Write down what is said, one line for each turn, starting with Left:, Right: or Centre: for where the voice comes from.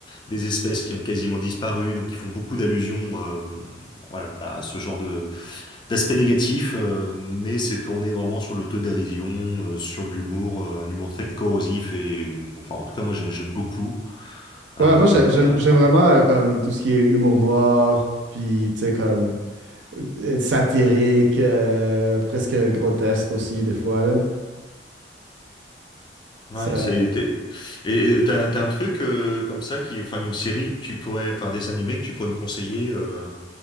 Left: des espèces qui ont quasiment disparu, donc ils font beaucoup d'allusions, euh, voilà, à ce genre de L'aspect négatif, euh, mais c'est tourné vraiment sur l'autodérision, euh, sur l'humour, euh, un humour très corrosif et bon, enfin en tout cas moi j'ai- j'aime beaucoup. Euh,
Right: Ouais, moi, j'ai- j'aime j'aime
Left: ouais,
Right: vraiment euh, comme tout ce qui est humour noir, puis tu sais, comme euh, satirique, euh, presque grotesque aussi, des fois, là.
Left: ouais,
Right: Ça.
Left: c'est t'es- et et t'as, t'as un truc euh, comme ça qui, enfin une série que tu pourrais, enfin des animés que tu pourrais me conseiller euh,